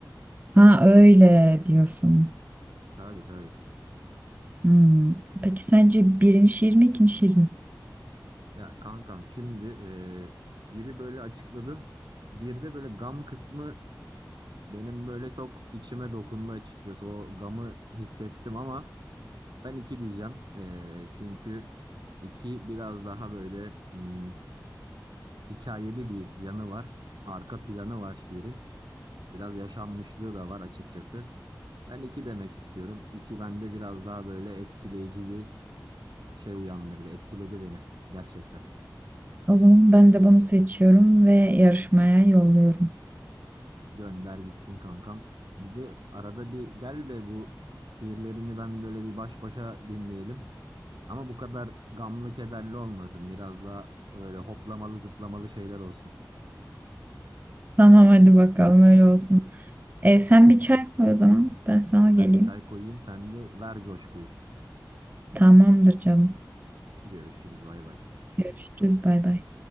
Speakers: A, on the right (about 25°); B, on the right (about 75°).
A: Ha öyle diyorsun.
B: Tabii tabii.
A: Hmm. Peki sence birinci şiir mi ikinci şiir mi?
B: Ya kankam şimdi e, biri böyle açıkladın. Bir de böyle gam kısmı benim böyle çok içime dokundu açıkçası. O gamı hissettim ama ben iki diyeceğim. E, çünkü iki biraz daha böyle hmm, hikayeli bir yanı var. Arka planı var şiirin. Biraz yaşanmışlığı da var açıkçası. Ben iki demek istiyorum. İki bende biraz daha böyle etkileyici bir şey uyandırdı. Etkiledi beni gerçekten.
A: O zaman ben de bunu seçiyorum ve yarışmaya yolluyorum.
B: Gönder gitsin kankam. Bir de arada bir gel de bu şiirlerini ben böyle bir baş başa dinleyelim. Ama bu kadar gamlı kederli olmasın. Biraz daha öyle hoplamalı zıplamalı şeyler olsun.
A: Tamam hadi bakalım öyle olsun. E, sen bir çay koy o zaman. Ben sana
B: Ben
A: geleyim.
B: çay koyayım sen de ver coşkuyu.
A: Tamamdır canım.
B: Görüşürüz bay bay.
A: Görüşürüz bay bay.